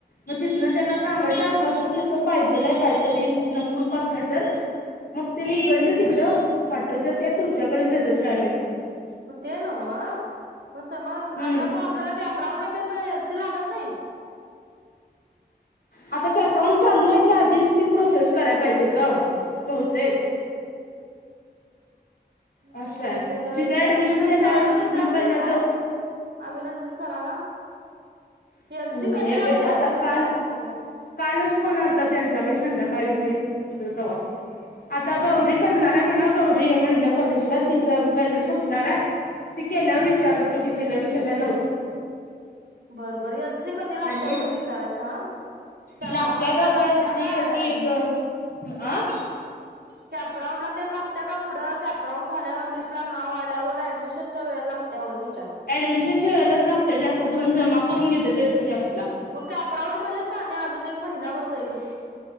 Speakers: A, on the left; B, on the right.
A: मग तिथन त्यांना सांगायचं अस असं तिथ पाहिजेलय कायतरी प्रूफ अस काय तर- मग तेनी इकडन
B: ह
A: तिकडं
B: ह
A: पाठत- काय तुझ्याकडेच येतात काय माहित?
B: म ते नव्ह- म समज
A: हम्म
B: आता म आपल्याला कॅप राऊंडला तेन एल सी लागत- नाही.
A: आता, कॅप राऊंड चालू व्हायच्या आधीच ती प्रोसेस करायला पाहिजे ग? बहुतेक- असं
B: हम्
A: आहे
B: -ते तर
A: जिथे
B: विचार
A: ऍडमिशन
B: तिथं
A: घेणार
B: सराला
A: आहेस तिथनं
B: विचारतेस
A: पहिला
B: काय? अभिनंदन सराला?
A: जाऊन
B: एल सी कधी
A: हे
B: लागतय?
A: बे आता
B: एवढंच विचार
A: काल
B: फक्त-
A: कालच फोन आलता त्यांचा बाई संध्याकाळी व्हीत, हुतो तवा. आता गौरी
B: ह
A: करणार हाय म्हण- गौरी ए म्हणलीया कॉलेजला ति जॉईन <unintelligible> संपणार आहे गेल्यावर विचार
B: ह
A: तो की
B: ह
A: तीला विचारायला लावू?
B: बरं बर एल सी कधी लागतेय
A: आणि
B: एवढंच विचारायला सांग- कॅपराऊंडला
A: लागत्या ग आता
B: ते लागत्या
A: एल सी
B: काय
A: ती <unintelligible> अं?
B: कॅप राऊंडला तेन लागतया का पुढं? कॅपराऊंड झाल्यावर लिस्ट ला नाव आल्यावर ॲडमिशनच्या वेळेला लागतया एवढंच विचा-
A: ॲडमिशनच्या वेळेलाच लागतय जास्त करून जमा- करून घेते त्यांचे आपला
B: मग कॉप राउंडमध्ये सानिया अजून एक महिनाभर- जाईल